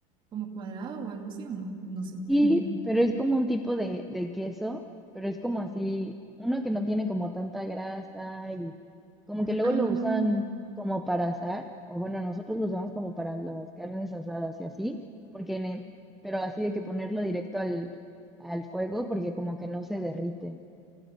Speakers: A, on the right; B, in the centre.
A: Como cuadrado o algo así, ¿o no? No sé.
B: y,
A: <laughs>
B: pero es como un tipo de, de queso, pero es como así, uno que no tiene como tanta grasa y como que luego
A: Ah,
B: lo usan como para asar, o bueno, nosotros lo usamos como para las carnes asadas y así, porque en el- pero así de que ponerlo directo al, al fuego porque como que no se derrite,